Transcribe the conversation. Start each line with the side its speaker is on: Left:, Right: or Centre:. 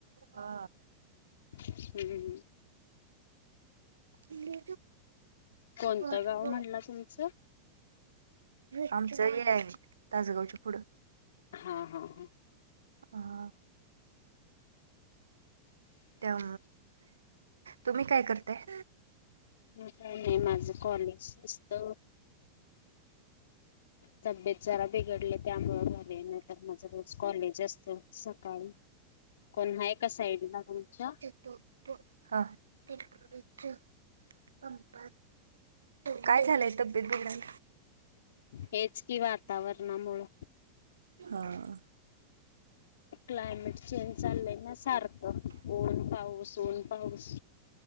Right: हा
Left: हम् हम
Right: म
Left: कोणतं
Right: वाप
Left: गाव म्हटला तुमचं?
Right: आमचं हे तासगावच्या पुढं
Left: हा हा हा
Right: ह त्या तुम्ही काय करताय
Left: ह काय नाही माझं कॉलेज असत तब्येत जरा बिघडले त्यामुं झाले नतर माझं रोज कॉलेज असत सकाळी कोन्हा ए साईडला तुमच्या
Right: त हा बिकुलच पपा काय झालंय तब्येत बघडलं
Left: हेच की वातावरणामुळ
Right: हा
Left: क्लायमेट चेंज चाललंय ना सारखं ओन पाऊस ओन पाऊस